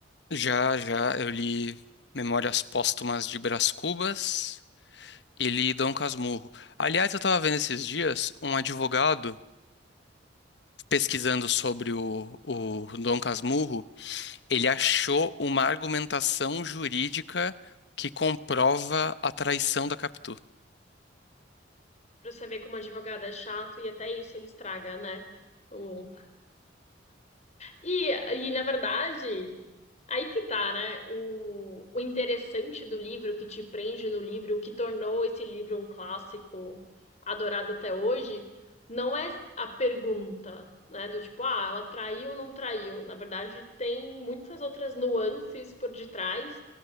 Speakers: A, on the left; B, on the left.
A: Já, já eu li Memórias Póstumas de Brás Cubas e li Dom Casmurro. Aliás, eu tava vendo esses dias um advogado pesquisando sobre o, o Dom Casmurro, ele achou uma argumentação jurídica que comprova a traição da Capitu.
B: Pra você ver como advogado é chato e até isso ele estraga, né? O... E, e, na verdade, Aí que tá, né? O, o interessante do livro, o que te prende no livro, o que tornou esse livro um clássico adorado até hoje, não é a pergunta, né? Do tipo, ah, ela traiu ou não traiu? Na verdade, tem muitas outras nuances por detrás.